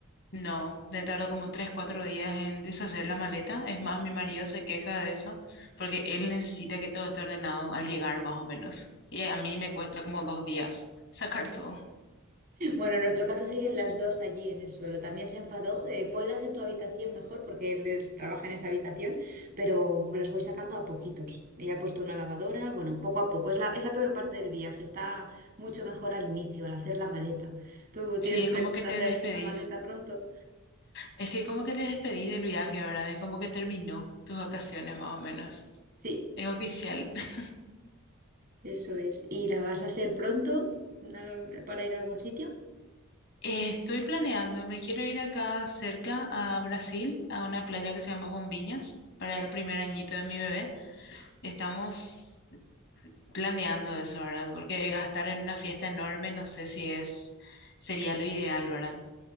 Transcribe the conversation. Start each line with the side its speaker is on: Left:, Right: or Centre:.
Left: No, me tardo como tres, cuatro días en deshacer la maleta. Es más, mi marido se queja de eso porque él necesita que todo esté ordenado al llegar más o menos. Y a mí me cuesta como dos días sacar todo.
Right: Bueno, en nuestro caso siguen las dos allí en el suelo. También se enfadó, eh, ponlas en tu habitación mejor porque él él trabaja en esa habitación, pero las voy sacando a poquitos. Ya he puesto una lavadora, bueno, poco a poco. Es la, es la peor parte del viaje, está mucho mejor al inicio, al hacer la maleta. ¿Tú
Left: Sí,
Right: tienes
Left: es
Right: previsto
Left: como que te
Right: hacer
Left: despedís.
Right: la maleta pronto?
Left: Es que como que te despedís del viaje, ¿verdad? Es como que terminó tus vacaciones más o menos.
Right: Sí,
Left: Es oficial. <laughs>
Right: eso es. ¿Y la vas a hacer pronto al- para ir a algún sitio?
Left: Eh, Estoy planeando, me quiero ir acá cerca a Brasil, a una playa que se llama Bombiñas, para el primer añito de mi bebé. Estamos planeando eso, ¿verdad? Porque gastar en una fiesta enorme, no sé si es, sería lo ideal, ¿verdad?